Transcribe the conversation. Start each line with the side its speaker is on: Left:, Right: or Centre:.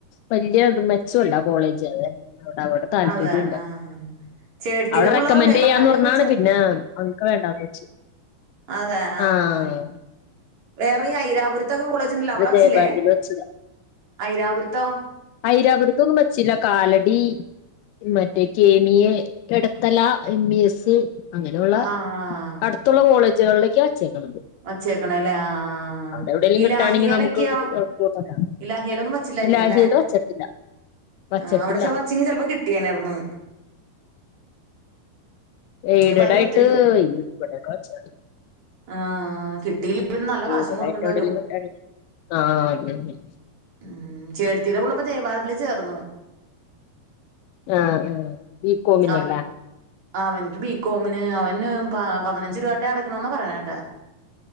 Left: വല്യ മെച്ചല്ല കോളേജ്തെ ടെ താല്പര്യ
Right: അതാണ് ആഹ് ചേട്ടത്തിടെ
Left: അവിടെ
Right: പുള്ള
Left: റെക്കമെന്ഡറ് ചെയ്യാന്ന്
Right: ഭാരതി
Left: പറഞ്ഞ
Right: കോളേജ് ചേർക്കണ്
Left: പിന്നെ അവനക്ക് വേണ്ടന്ന് വെച്ചു
Right: അതെ ആഹ്
Left: ആഹ
Right: വേറെ ഈ ഐരാപുരത്തൊക്കെ കോളേജ ഉണ്ടല്ലോ അവിടെ വച്ചില്ലേ
Left: ജയഭാരതിൽ വെച്ചതാ
Right: ഐരാപുരത്തോ
Left: ഐരാപുരത്തൊന്നും പച്ചിില്ല കാലടി മറ്റേ കെമി എ കടത്തല എം ഇ എസ് അങ്ങനെയുള്ള
Right: ആഹ്
Left: അടുത്തുള്ള കോളേജുകളിലേക്ക് വച്ചേക്കണം
Right: വച്ചേക്കണല്ലേ ആ
Left: എവിടെേലും
Right: ഈ
Left: കിട്ടാണെങ്കി
Right: ലാഹിലക്കെയോ
Left: നമുക്ക് കുഴപ്പമൊന്നുമില്ല
Right: ഇല്ല ഹലൊന്ന മാ ചില്ലായിരിക്ക
Left: ഇലാഹിയിൽ
Right: അല്ലെ
Left: വച്ചിട്ടില്ല വച്ചിട്ടില്ല
Right: ആ അവിടെച്ച വച്ചിങ്ക ചിലപ്പോ കിട്ടിയനായിർന്ന്
Left: എയ്ഡഡ്
Right: നീ പല്ലങ്ക
Left: ആയിട്ട്
Right: ഒത്തിരി
Left: ഈ ഇവിടെയൊക്കെ വച്ചാ
Right: ആഹ കിട്ടില്ല പിന്നെ നല്ല കാശും
Left: എയ്ഡഡ്
Right: കൊടുക്കേണ്ട
Left: ആയിട്ട് എവിടെലും
Right: വരും
Left: കിട്ടാണെങ്കി ആഹ് അത് തന്നെ
Right: ഉ ചേർത്തിീരപള്ളപ്പ ജയബാതിൽ ചേർന്നു
Left: ആഹ ആ ഈ കോോമിനല്ലേ
Right: അവൻ അവനിക്ക് ബികോമിന് അവന് പ പതിനഞ്ച് രൂപട്ടെ അടക്കണന്നാ പറയാനട്ടെ